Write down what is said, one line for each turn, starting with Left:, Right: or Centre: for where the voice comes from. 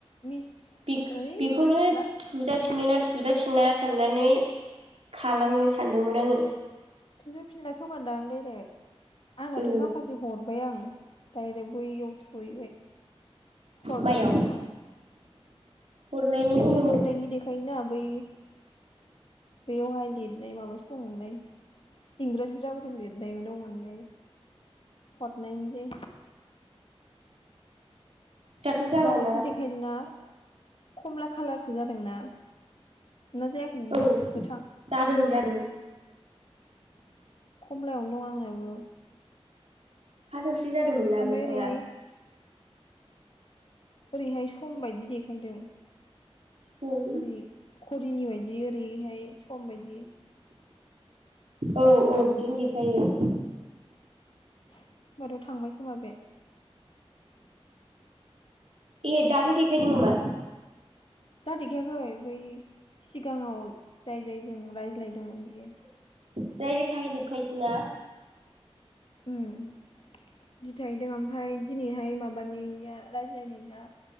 Left: मिस
Right: बेख
Left: ओइ
Right: बेखौनो
Left: मिथिला
Right: थुजाफिनो
Left: माने
Right: ना थुजाफिना साननानै खालामनो सानदोंमोन आङो।
Left: थुजा फिनला खोमादां डाइरेक्ट। आंनाथ'
Right: ओ
Left: माखासे हरबाय आं। डायरेक्ट बैयाव थु। सयैबाय हरनायनियाव।
Right: माइयाव हरनायनि
Left: बिदि
Right: अबे
Left: हरनायनि देखायोना बै बेयावहाय लिरनाय माबासो दंमोनलै इंराजि रावजों लिरनायबो दंमोनलै हरनायनि लै।
Right: दाथ' जालाना
Left: माबासो देखायदों ना? खमला खालारसो जादोंना? ना जायाखै नोंना
Right: औ
Left: गोथाङैनो
Right: जादों जादों
Left: दं खमलायावनो दं आंनाबो
Right: फासाव फ्रि जादोंमोन ना
Left: ओमफ्राय
Right: गोथाङा
Left: ओरैहाय ओरैहाय सम बायदि देखायदों
Right: सम
Left: ओरै घरिनि बायदि ओरैहाय सम बायदि
Right: औ
Left: गाहायाव
Right: औ बिदिनो देखायो
Left: होमबाथ थांबाय खोमा बे
Right: ए दानि देखायदों नामा
Left: दा देखायाखै बै सिगाङाव जाय जाय जों राय सोलायदोंमोन बियो
Right: डायरेक्ट थाहैजोबखायोसो ना
Left: ओम बिथायदों ओमफाय दिनैहाय माबानायनिया रायज्लायनायना